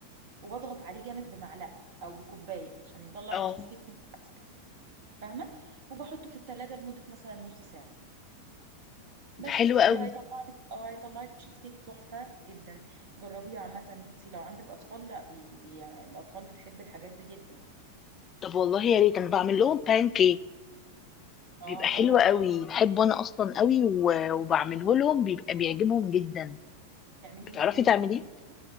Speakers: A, on the right; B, on the left.
A: وبضغط عليه جامد بمعلقة او بكوباية عشان يطلع
B: اه
A: التشيز كيك متماسكة فاهمة وبحطه في التلاجة لمدة مثلا نص ساعة
B: ده
A: بس
B: حلو قوي
A: وهيطلع لك اه هيطلع لك تشيز كيك تحفة جدا جربيه عامة انت لو عندك اطفال لا بي... بي... الاطفال بتحب الحاجات دي جدا
B: طب والله يا ريت انا بعمل لهم بان كيك
A: اه
B: بيبقى حلو قوي بحبه انا اصلا قوي و- وبعمله لهم بيبقى بيعجبهم جدا
A: تعمليها
B: بتعرفي
A: ازاي
B: تعمليه
A: قولي لي كده